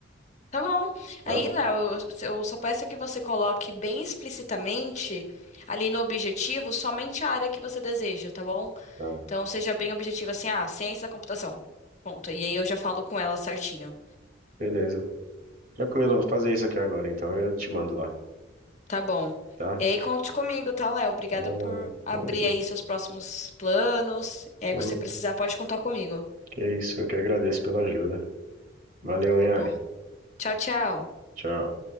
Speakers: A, on the left; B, on the right.
A: Tá bom.
B: tá?
A: Aí, Léo, eu eu só peço que você coloque bem explicitamente ali no objetivo somente a área que você deseja, tá bom?
B: Tá,
A: Então, seja bem objetivo assim, ah, ciência da computação. Ponto. E aí eu já falo com ela certinho.
B: beleza. Tranquilo, eu vou fazer isso aqui agora, então eu te mando lá,
A: Tá bom.
B: tá?
A: E aí, conte comigo, tá, Léo? Obrigada
B: Ah,
A: por abrir
B: valeu.
A: aí seus próximos planos. É,
B: pô,
A: o que você precisar, pode contar comigo.
B: que isso, eu que agradeço pela ajuda. Valeu,
A: Tá
B: hein, Ari.
A: bom? Tchau, tchau.
B: Tchau.